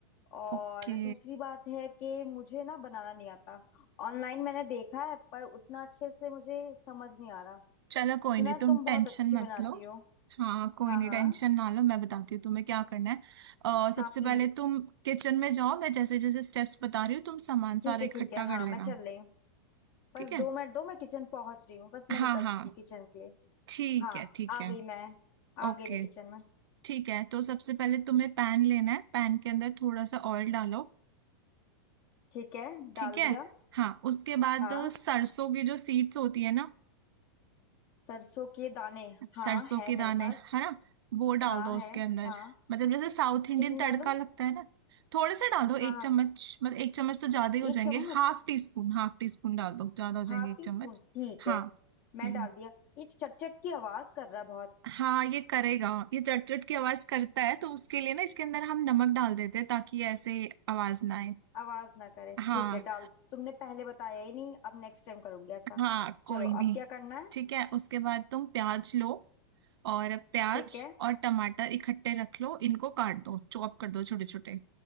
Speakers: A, on the left; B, on the right.
A: और
B: ओके
A: दूसरी बात है कि मुझे ना बनाना नहीं आता ऑनलाइन मैंने देखा है पर उतना अच्छे से मुझे समझ नहीं आ रहा
B: चलो कोई
A: सुना
B: नहीं
A: है
B: तुम
A: तुम बहुत
B: टेंशन
A: अच्छी
B: मत
A: बनाती
B: लो
A: हो
B: हाँ कोई
A: हाँ
B: नहीं
A: हाँ
B: टेंशन ना लो मैं बताती हूँ तुम्हें क्या करना है अ, सबसे
A: हाँ प्लीज
B: पहले तुम किचन में जाओ मैं जैसे जैसे स्टेप्स बता रही हूँ तुम सामान
A: ठीक
B: सारा
A: है
B: इकट्ठा
A: ठीक है हाँ
B: कर लेना
A: मैं चल रही हूँ बस
B: ठीक है
A: दो मिनट दो मैं किचन पहुंच रही हूँ बस मैं
B: हाँ
A: निकल
B: हाँ
A: चुकी किचन के लिए
B: ठीक
A: हाँ
B: है ठीक
A: आ
B: है
A: गई मैं आ
B: ओके
A: गई मैं किचन में
B: ठीक है तो सबसे पहले तुम्हें पैन लेना है पैन के अंदर थोड़ा सा ऑयल डालो
A: ठीक है
B: ठीक
A: डाल
B: है
A: दिया
B: हाँ उसके बाद
A: हाँ
B: सरसों की जो सीड्स होती है ना
A: सरसों के दाने
B: सरसों
A: हाँ है
B: के दाने
A: मेरे पास
B: है ना वो डाल
A: हाँ
B: दो
A: है
B: उसके अंदर
A: हाँ
B: मतलब जैसे साउथ इंडियन
A: कितने
B: तड़का
A: डालूं
B: लगता है ना थोड़े से डाल दो
A: हाँ
B: एक
A: हाँ
B: चम्मच मतलब एक चम्मच तो ज्यादा ही हो
A: एक
B: जाएंगे
A: चम्मच
B: Half teaspoon half teaspoon डाल दो ज्यादा हो जाएंगे
A: हाफ
B: एक
A: टी
B: चम्मच
A: स्पून ठीक
B: हाँ
A: है मैं
B: हम्म,
A: डाल दिया ये चटचट की आवाज कर रहा है बहुत
B: हाँ ये करेगा ये चटचट की आवाज करता है तो उसके लिए ना इसके अंदर हम नमक डाल देते हैं ताकि ये ऐसे आवाज ना आए
A: आवाज ना करे
B: हाँ
A: ठीक है डाल तुमने पहले बताया ही नहीं अब नेक्स्ट टाइम करूंगी ऐसा
B: हाँ कोई
A: चलो
B: नहीं
A: अब क्या करना है
B: ठीक है उसके बाद तुम प्याज लो और प्याज
A: ठीक है
B: और टमाटर इकट्ठे रख लो इनको काट दो चॉप कर दो छोटे छोटे